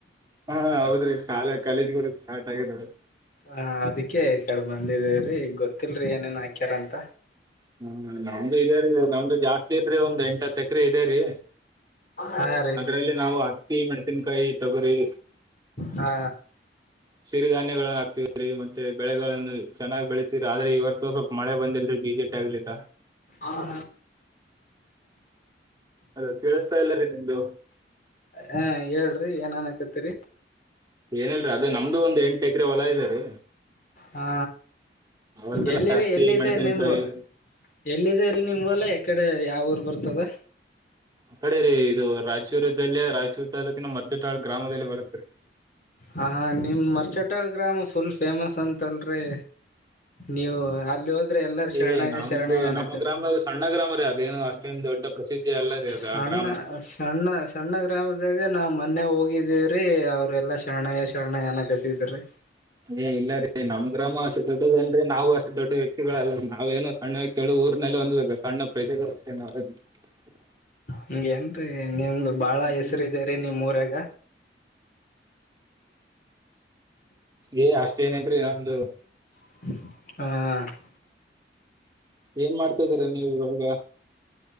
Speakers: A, on the right; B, on the left.
A: ಹಾ ಹೌದ್ರಿ ಶಾಲಾ ಕಾಲೇಜ್ ಕೂಡ ಸ್ಟಾರ್ಟ್ ಆಗದ್ರಿ.
B: ಹಾ, ಅದಕ್ಕೆ ಈ ಕಡೆ ಬಂದಿವಲ್ರಿ ಗೊತ್ತಿಲ್ರಿ ಏನೇನ್ ಹಾಕ್ಯಾರಂತ.
A: ಹ್ಮ, ನಮ್ದು ಇದೆರಿ ನಮ್ದು ಜಾಸ್ತಿ ಇಲ್ರಿ ಒಂದ್ ಎಂಟತ್ ಎಕರೆ ಇದೆರಿ.
B: ಹಾ <unintelligible> ರೀ
A: ಅದ್ರಲ್ಲಿ ನಾವು ಅಕ್ಕಿ, ಮೆಣಸಿನ್ಕಾಯಿ, ತೊಗರಿ
B: ಹಾ,
A: ಸಿರಿಧಾನ್ಯಗಳನ್ನು ಹಾಕ್ತಿವ್ರಿ ಮತ್ತೆ ಬೆಳೆಗಳನ್ನು ಚೆನ್ನಾಗಿ ಬೆಳೀತೀವಿರಿ. ಆದ್ರೆ ಇವ ಸ್ವಲ್ಪ ಮಳೆ ಬಂದಿಲ್ರಿ ಆಗಗ್ಲಿಕ್ಕಾ <unintelligible>
B: ಆದ <inaudible>
A: ಅದ ಕೇಳಿಸ್ತಾ ಇಲ್ಲ ರೀ ನಿಮ್ದು
B: ಹಾ, ಹೇಳ್ರಿ ಏನನ್ಕತ್ತಿರಿ
A: ಏನಿಲ್ಲಾ ರಿಅದು ನಮ್ದು ಒಂದ್ ಎಂಟ ಎಕರೆ ಹೊಲ ಇದ್ದೆ ರೀ
B: ಹಾ,
A: ಹೊಲದಲ್ಲಿ
B: ಎಲ್ಲಿರಿ
A: ಹತ್ತಿ
B: ಎಲ್ಲಿದೆ
A: ಮೆಣಸಿನಕಾಯಿ
B: ನಿಮ್ ಎಲ್ಲಿದೆೇ ರೀ ನಿಮ್ಲ್ ಹೊಲ ಎಕಡಿ ಯಾವ ಊರ್ ಬರ್ತದ.
A: ಈಕಡೆ ರೀ ಇದು ರಾಯಚೂರಲ್ಲಿ ರಾಯಚೂರು ತಾಲ್ಲೂಕಿನ ಮರ್ಚಟಾಳ್ ಗ್ರಾಮದಲ್ಲಿ ಬರುತ್ತ ರಿ.
B: ಹ ಹಾ, ನಿಮ್ ಮರ್ಚಟಾಳ್ ಗ್ರಾಮ ಫುಲ್ ಫೇಮಸ್ ಅಂತಲ್ರಿ ನೀವು ಅಲ್ಲಿ ಹೋದ್ರೆ ಎಲ್ಲಾರ ಶರಣಯ್ಯ
A: ಏ ನಮ್ದು
B: ಶರಣಯ ಅನಕತ್
A: ನಮ್ಮ ಗ್ರಾಮ ಸಣ್ಣ ಗ್ರಾಮ ರೀ ಅದೇನು ಅಷ್ಟೇನ್ ದೊಡ್ಡ ಪ್ರಸಿದ್ಧಿ ಅಲ್ಲ ರೀ ಅದು
B: ಸಣ್ಣ
A: ಆ ಗ್ರಾಮ
B: <unintelligible> ಸಣ್ಣ ಸಣ್ಣ ಗ್ರಾಮದಾಗ ನಾವು ಮೊನ್ನೆ ಹೋಗಿದ್ದೀವ್ರೀ ಅವ್ರೆಲ್ಲ ಶರಣಯ್ಯ ಶರಣಯ್ಯ ಅನಾಕತ್ತಿದ್ ರೀ
A: ಏಯ್ ಇಲ್ಲ ರೀ ನಮ್ಮ ಗ್ರಾಮ ಅಷ್ಟ ದೊಡ್ಡದ ಅಲ್ಲಿ. ಅಂದ್ರೆ ನಾವು ಅಷ್ಟು ದೊಡ್ಡ ವ್ಯಕ್ತಿಗಳಲ್ಲ ನಾವ್ ಏನು ಸಣ್ಣತೇಳಳು ಊರ್ನಲ್ಲ ಒಂದ್ಬೇಕ ಸಣ್ಣ ಪ್ರಜ <unintelligible>
B: ಹಂಗೆಂರಿ ನಿಮ್ದು ಬಾಳ
A: ಹ್ಮ್
B: ಹೆಸರು ಇದೇರಿ ನಿಮ್ ಊರಾಗ.
A: ಏಯ್ ಅಷ್ಟೇ ಏನೇಲ್ರಿ ನಂದು
B: ಹ್ <inaudible>
A: ಏನ್ ಮಾಡ್ತಾದಿರಾ ನೀವು ಇವಾಗ.